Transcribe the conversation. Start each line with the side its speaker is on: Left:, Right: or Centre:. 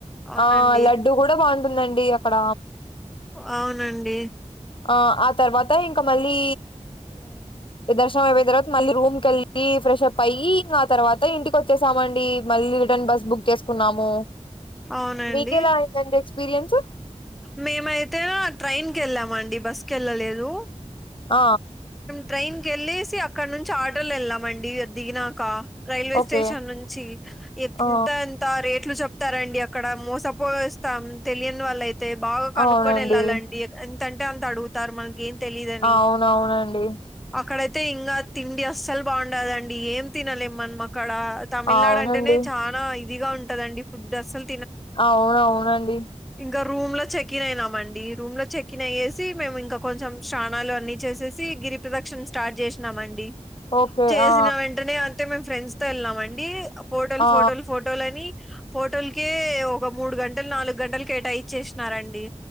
Centre: అవునండి.
Left: ఆ లడ్డూ కూడా బాగుంట ఉంటుందండి అక్కడ
Centre: అవునండి
Left: ఆ ఆ తర్వాత ఇంకా మళ్ళీ దర్శనం అయిపోయిన తర్వాత మళ్ళీ రూమ్ కెళ్ళి ఫ్రెష్ అప్ అయ్యి ఇంకా ఆ తర్వాత ఇంటికి వచ్చేసామండి మళ్ళీ రిటర్న్ బస్ బుక్ చేసుకున్నాము
Centre: అవునండి.
Left: మీకెలా అయిందండి ఎక్స్పీరియన్స్
Centre: మేమైతే ట్రైన్ కెళ్ళామండి బస్ కెళ్ళలేదు
Left: ఆ
Centre: ట్రైన్ కెళ్ళేసి అక్కడ నుంచి ఆటోలు వెళ్ళామండి దిగినాక రైల్వే
Left: ఓకే
Centre: స్టేషన్ నుంచి ఎ
Left: ఆ
Centre: ఎంత ఎంత రేట్లు చెప్ప తారండి అక్కడ మోసపోయి వస్తాం తెలియని వాళ్ళయితే బాగా కనుక్కొని
Left: అవునండి
Centre: యెళ్ళాలండి ఎంతంటే అంత అడుగుతారు మనకు ఏం తెలీయదని
Left: అవునవునండి
Centre: అక్కడ అయితే ఇంకా తిండి అస్సలు బాగుండదండి ఏం తినలేము మనం మ క్కడ తమిళనాడు
Left: అవునండి
Centre: అంటేనే చానా ఇదిగా ఉంటదండి ఫుడ్ అసలు
Left: అవునవునండి
Centre: ఇంకా రూమ్ లో చెకిన్ అయినాం అండి రూమ్ లో చెకిన్ అయ్యేసి మేము ఇంకా కొంచెం స్నానాలు అన్ని చేేసేసి గిరి ప్రదర్శన స్టార్ట్ చేసినామండి
Left: ఓకే
Centre: చేసిన
Left: ఆ
Centre: వెంటనే అయితే మేం ఫ్రెండ్స్ తో వెళ్ళాం అండి ఫోటోలు
Left: ఆ
Centre: ఫోటోలు ఫోటోలు అని ఫోటోలకే ఒక మూడు గంటలు నాలుగు గంటలు కేటాయి ఇచ్చేసినారండి